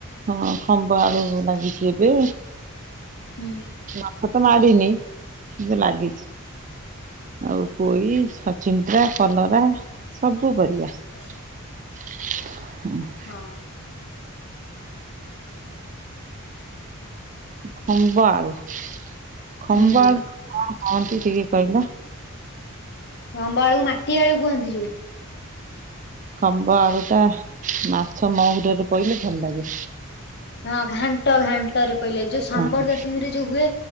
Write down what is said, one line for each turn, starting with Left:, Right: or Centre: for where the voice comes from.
Right: ହଁ ଖମ୍ବ ଆଳୁ ଲାଗିଚି ଏବେ।
Left: ହୁଁ
Right: ଗଛ ମାଡିିନି କିନ୍ତୁ ଲାଗିଛି। ଆଉ ପୋଇ ସଚିନ୍ଦ୍ରା କଲରା ସବୁ ପରିଆ।
Left: <inaudible>
Right: <inaudible>
Left: ହଁ।
Right: ଖମ୍ବ ଆଳୁ। ଖମ୍ବ
Left: ହୁଁ
Right: ଆଳୁ କୁ କଣ କୁହନ୍ତି ଟିକେ କହିଲ?
Left: ଖମ୍ବ ଆଳୁକୁ ମାଟିଆଳୁ କୁହନ୍ତି ଯୋଉ।
Right: ଖମ୍ବ ଆଳୁ ଟା ମାଛ ମହୁରରେ ପଇଲେ ଭଲ ଲାଗେ।
Left: ହଁ ଘାଣ୍ଟ ଘାଣ୍ଟରେ ପଇଲେ ଯୋଉ ସମ୍ବର
Right: ହଁ
Left: ଦଶମୀରେ ଯୋଉ ହୁଏ